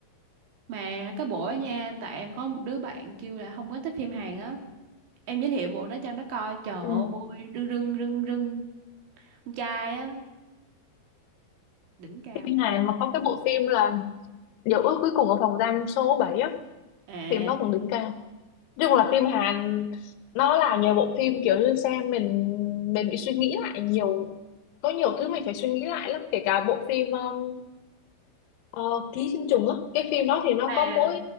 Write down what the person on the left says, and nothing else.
ừ
phim Hàn mà có cái bộ phim là Dấu ước cuối cùng ở phòng giam số bảy á
phim đó cũng đỉnh cao nói chung là phim Hàn nó là nhờ bộ phim kiểu như xem mình mình bị suy nghĩ lại nhiều có nhiều thứ mình phải suy nghĩ lại lắm kể cả bộ phim um, ờ, Ký sinh trùng á cái phim đó thì nó
có mỗi